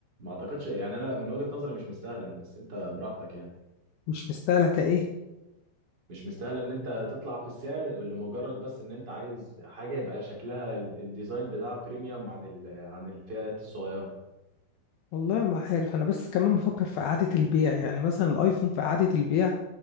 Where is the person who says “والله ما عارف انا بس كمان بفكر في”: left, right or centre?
Left